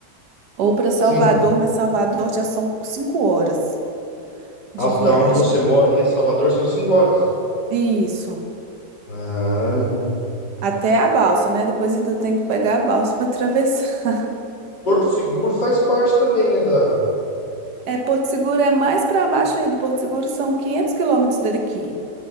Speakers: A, on the right; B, on the left.
A: ou para Salvador,
B: Sim.
A: mas Salvador já são cinco horas de
B: As-
A: viagem.
B: Da onde você mora aí, a Salvador, são cinco horas.
A: Isso.
B: Ah.
A: Até a balsa, né? Depois ainda tem que pegar a balsa <laughs> para atravessar.
B: Porto Seguro faz parte também, né, da...
A: É, Porto Seguro é mais para baixo ainda. Porto Seguro são 500 quilômetros daqui.